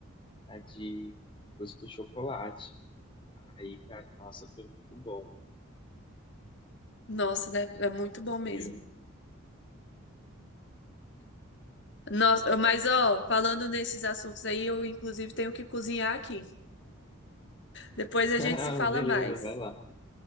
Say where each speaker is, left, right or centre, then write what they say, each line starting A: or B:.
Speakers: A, on the left; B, on the left.
A: a de coisa com chocolate. Aí, cara, nossa, foi muito bom.
B: Nossa, deve- é muito bom mesmo.
A: Aí eu me fiz.
B: Nossa, mas ó, falando nesses assuntos aí, eu inclusive tenho que cozinhar aqui. Depois
A: <laughs>
B: a
A: Ah,
B: gente se fala
A: beleza,
B: mais.
A: vai lá.